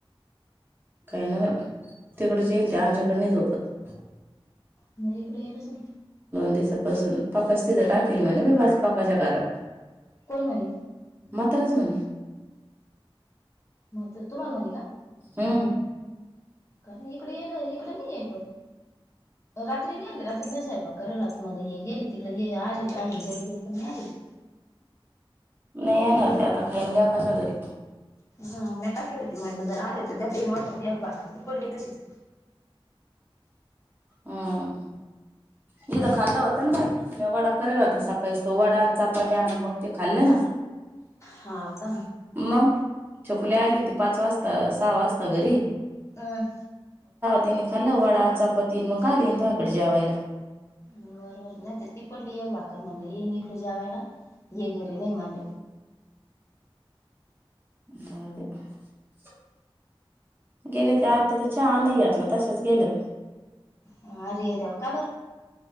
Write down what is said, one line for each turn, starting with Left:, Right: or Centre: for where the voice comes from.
Right: काही ना तिकड जा येईल ते आमच्याकड नाही झोपत
Left: नाही इकडे यालच ना
Right: दिपासून पकाच तिथे टाकल म्ह वा पकाच्या घरात
Left: कोण म्हणे
Right: मातच म्हणे
Left: मत तुम्हाला भणी का
Right: हम्म
Left: का इकडे येल इकडे नाही येल पण रात्री आली रात्री म सायपा करायला तुम्हाला ये गेले तिकडे ये आले टालीून गेलो ते पण आली <inaudible>
Right: नाही येणार ते आता खानले कशा घरी
Left: हा मी टाकली होती म्हणलं जर आले तर त्या मग जगभकरती पडली तशीच
Right: हम मथ खाल्लं होतं ना बाई मी वडा करेला होता सकाळीच तो वडा चापाट्या आण मग ते खाल्ले ना
Left: हा का
Right: मग चोकुली आली होती पाच वाजता सहा वाजता घरी
Left: हम
Right: त्याने खाल् वडा चापाती मग आाली तोकडे जेवायला
Left: बरोबर नाही ते ती पडली एक भाकर म्हणलं येईन इकडे जेवायला हे घरी नाही माड
Right: अर गेले ते आत तर चहा नाही घेतलं तसेच गेलं
Left: हा अर जाव का बर